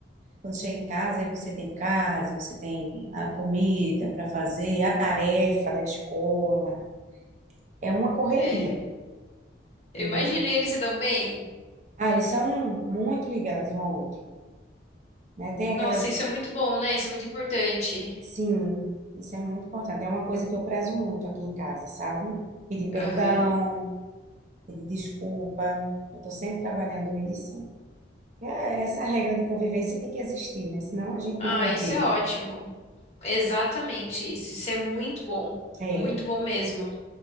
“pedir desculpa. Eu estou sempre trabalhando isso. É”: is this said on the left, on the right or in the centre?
Right